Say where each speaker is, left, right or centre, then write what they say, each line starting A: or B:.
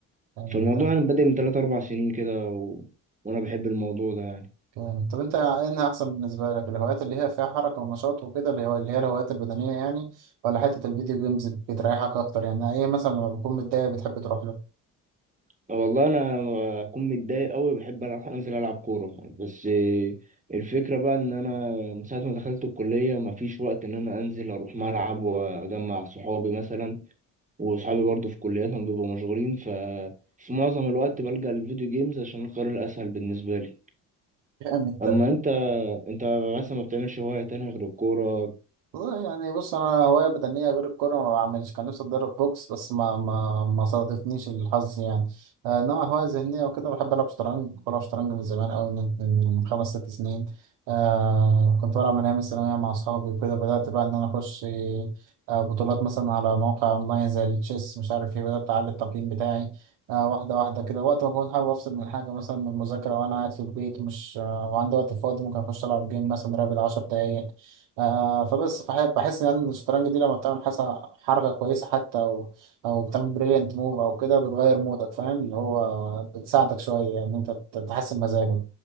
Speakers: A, on the right (about 65°); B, on the right (about 15°).
A: مم.
B: فالموضوع يعني بادئ من 3 4 سنين كده و... وانا بحب الموضوع ده يعني
A: جامد. طب انت انها احسن بالنسبه لك الهوايات اللي هي فيها حركه ونشاط وكده اللي هو اللي هي الهوايات البدنيه يعني ولا حته الفيديو جيمز بتريحك اكتر يعني ايه مثلا لما بكون متضايق بتحب تروح له
B: والله انا لما اكون متضايق قوي بحب ألعب انزل العب كوره بس الفكره بقى ان انا من ساعه ما دخلت الكليه مفيش وقت ان انا انزل اروح ملعب واجمع صحابي مثلا وصحابي برضو في كلياتهم بيبقوا مشغولين ف في معظم الوقت بلجأ للفيديو جيمز عشان القرار الاسهل بالنسبه لي
A: جامد
B: اما انت انت مثلا ما بتعملش هوايه تانية غير الكوره
A: والله يعني بص انا هوايه بدنيه غير الكوره ما بعملش كان نفسي اتدرب بوكس بس ما ما ما صادفنيش الحظ يعني آه، انما هوايه ذهنيه وكده بحب العب شطرنج بلعب شطرنج من زمان قوي من من خمس ست سنين آه كنت بلعب من ايام الثانويه مع اصحابي وكده بدات بقى ان انا اخش آه بطولات مثلا على مواقع اونلاين زي التشيس مش عارف ايه بدات اعلي التقييم بتاعي آه واحده واحده كده وقت ما بكون حابب افصل من حاجه مثلا من المذاكره وانا قاعد في البيت ومش آه وعندي وقت فاضي ممكن اخش العب جيم مثلا رابع 10 دقايق آه فبس فح- بحس ان الشطرنج دي لما بتعمل حسن حركه كويسه حتى او او بتعمل بريليانت موف او كده بتغير مودك فاهم اللي هو بتساعدك شويه ان انت بت- تحسن مزاجك